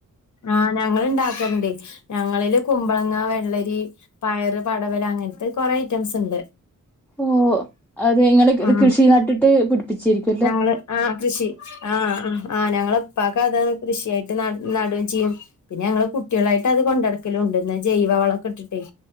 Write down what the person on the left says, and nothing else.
ആഹ് ഞങ്ങള്ണ്ടാക്കല്ണ്ട് ഞങ്ങളില് കുമ്പളങ്ങ വെള്ളരി പയറ് പടവലം അങ്ങനത്തെ കുറെ ഐറ്റംസ് ഉണ്ട്
ആഹ്
ഞങ്ങള് ആ കൃഷി ആ ആ ഞങ്ങള് പ്പാക്ക് അതാണ് കൃഷിയായിട്ട് ന നടുകയും ചെയ്യും പിന്നെ ഞങ്ങള് കുട്ടികളായിട്ട് അത് കൊണ്ട് നടക്കലും ഉണ്ട് ന്ന ജൈവ വളൊക്കെ ഇട്ടിട്ടേയ്